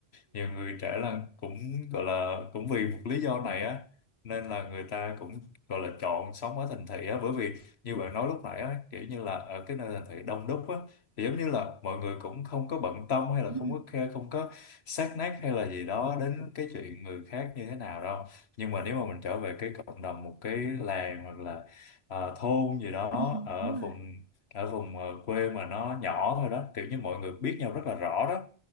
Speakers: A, on the left (about 75°); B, on the right (about 25°).
A: nhiều người trẻ là cũng gọi là cũng vì một lý do này á nên là người ta cũng gọi là chọn sống ở thành thị á bởi vì như bạn nói lúc nãy á kiểu như là ở cái nơi thành thị đông đúc á thì giống như là mọi người cũng không có bận tâm hay là
B: Ừ.
A: không có care không có sát nát hay là gì đó đến cái chuyện người khác như thế nào đâu nhưng mà nếu mà mình trở về cái cộng đồng một cái làng hoặc là à, thôn gì đó
B: Ừ.
A: ở
B: Đúng rồi.
A: vùng ở vùng ờ, quê mà nó nhỏ thôi đó kiểu như mọi người biết nhau rất là rõ đó